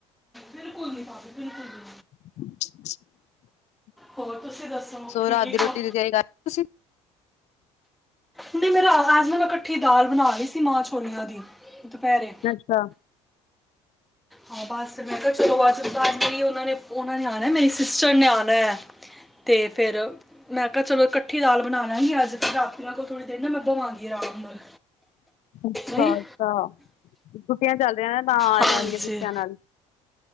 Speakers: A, in the centre; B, on the left.
A: ਬਿਲਕੁਲ ਨੀ ਭਾਬੀ ਬਿਲਕੁਲ ਨੀ
B: <unintelligible>
A: ਹੋਰ ਤੁਸੀਂ ਦੱਸੋ ਠੀਕ
B: ਰਾਤ ਦੀ ਰੋਟੀ
A: ਹੋ
B: ਦੀ ਤਿਆਰੀ ਕਰ ਤੁਸੀਂ
A: ਨਹੀਂ ਮੇਰਾ ਆਵਾਜ਼ ਨਾ ਮੈਂੱ ਕਠੀ ਦਾਲ ਬਣਾ ਰਹੀ ਸੀ ਮਾਂ ਛੋਲੀਆਂ ਦੀ ਦੁਪਹਿਰੇ
B: ਅੱਛਾ-
A: ਹਾਂ ਬਸ ਮੈਂ ਕਿਹਾ ਚਲੋ ਅੱਜ ਅੱਜ ਮੇਰੀ ਉਹਨਾਂ ਨੇ ਉਹਨਾਂ ਨੇ ਆਣਾ ਮੇਰੀ ਸਿਸਟਰ ਨੇ ਆਣਾ ਤੇ ਫੇਰ ਮੈਂ ਕਿਹਾ ਚਲੋ ਕੱਠੀ ਦਾਲ ਬਣਾ ਲਾਗੀ ਅੱਜ ਰਾਤੀ ਮੈਂ ਕੋਈ ਥੋੜੀ ਦੇਰ ਨਾਲ ਮੈਂ ਬਵਾਂਗੀ ਆਰਾਮ ਨਾਲ
B: ਅੱਛਾ
A: ਨਹੀਂ
B: ਅੱਛਾ ਛੁੱਟੀਆਂ <unintelligible> ਚੱਲ ਤਾਂ ਆ
A: ਹਾਂਜੀ
B: ਰਹੇ ਹੋਣਗੇ ਬੱਚਿਆਂ ਨਾਲ